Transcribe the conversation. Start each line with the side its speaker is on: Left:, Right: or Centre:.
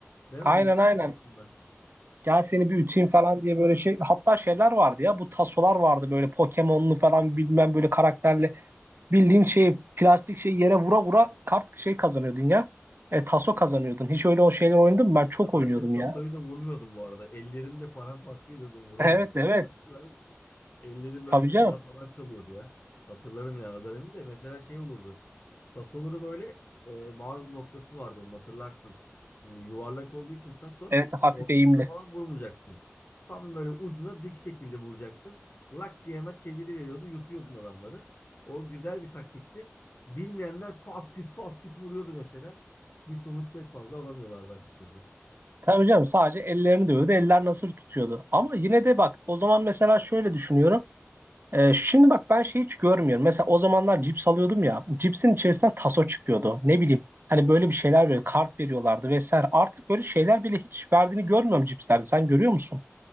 Left: Değil
Right: Aynen
Left: mi? Yutmak
Right: aynen.
Left: aslında.
Right: Gel seni bir üteyim falan diye böyle şey. Hatta şeyler vardı ya bu tasolar vardı böyle Pokemon'lu falan bilmem böyle karakterli. Bildiğin şey plastik şey yere vura vura kart şey kazanıyordun ya. E, taso kazanıyordun. Hiç öyle o şeyler oynadın mı? Ben çok
Left: Sadece
Right: oynuyordum
Left: tasoyu
Right: ya. <laughs>
Left: da vurmuyordum bu arada. Ellerini de paramparça ediyordum vura
Right: Evet
Left: vura.
Right: evet.
Left: Hatırlar mısın? Ellerim böyle
Right: Tabii
Left: kana
Right: canım.
Left: falan çalıyordu ya. Hatırlarım ya o dönemi de. Mesela şey olurdu. Tasoları böyle e, bazı noktası vardı onun hatırlarsın. Şimdi yuvarlak olduğu için taso
Right: Evet hafif
Left: ortasına
Right: eğimli.
Left: falan vurmayacaksın. Tam böyle ucuna dik şekilde vuracaksın. Lak diye hemen çeviri veriyordu. Yutuyordun adamları. O güzel bir taktikti. Bilmeyenler pat küt pat küt vuruyordu mesela. Bir sonuç pek fazla alamıyorlardı açıkçası.
Right: Tabii canım sadece ellerini dövüyordu. Eller nasır tutuyordu. Ama yine de bak o zaman mesela şöyle düşünüyorum. Ee, şimdi bak ben şey hiç görmüyorum. Mesela o zamanlar cips alıyordum ya. Cipsin içerisinden taso çıkıyordu. Ne bileyim hani böyle bir şeyler böyle kart veriyorlardı vesaire. Artık böyle şeyler bile hiç verdiğini görmüyorum cipslerde. Sen görüyor musun?